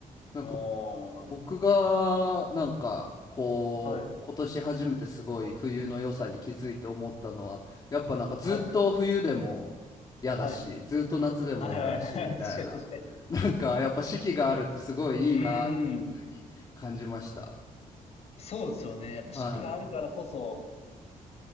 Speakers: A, on the left; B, on the left.
A: なんか
B: ー
A: 僕が、なんかこう、
B: はい、
A: 今年初めてすごい冬の良さに気づいて思ったのは、やっぱなんかずっと冬でも嫌だし、
B: はい、はい、
A: ずっと夏でも嫌だし、
B: はい、はい、はい
A: みたいな、
B: <laughs> 確かに確かに。
A: <laughs> なんかやっぱ四季があるってすごいいいなっていうふうに感じました。
B: うんうん、そうですよね。やっぱ四季があるからこそ、
A: は